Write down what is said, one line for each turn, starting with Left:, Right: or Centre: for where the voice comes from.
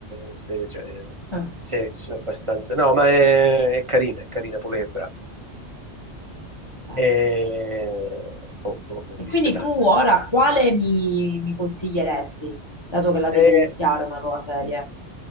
Right: sve- cioè,
Left: Ah,
Right: sesso abbastanza... No, ma è, è carina, è carina, poi lei è brava.
Left: beh.
Right: E... Oh, boh, ne
Left: E
Right: ho viste
Left: quindi
Right: tante.
Left: tu ora quale mi, mi consiglieresti, dato che la devi
Right: E,
Left: iniziare una nuova serie?